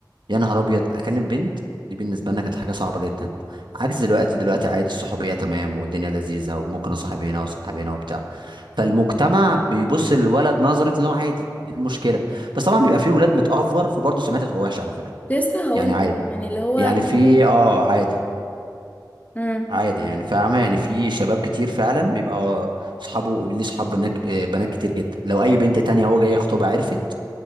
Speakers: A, on the right (about 85°); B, on the left (about 20°).
A: يا نهار ابيض اكلم بنت دي بالنسبه لنا كانت حاجه صعبه جدا عكس دلوقتي دلوقتي عادي الصحوبيه تمام والدنيا لذيذه وممكن اصاحب هنا واصاحب هنا وبتاع فالمجتمع بيبص للولد نظره ان هو عادي إيه المشكله بس طبعا بيبقى فيه ولاد متأفور فبرضه سمعتها تبقى وحشه على فكره
B: لسه هقول
A: يعني عادي
B: لك يعني اللي هو
A: يعني
B: ممكن
A: في اه عادي
B: مم.
A: عادي يعني فاهمه يعني في شباب كتير فعلا بيبقى صحابه ليه صحاب بنات آه، بنات كتير جدا لو اي بنت تانية هو جاي يخطبها عرفت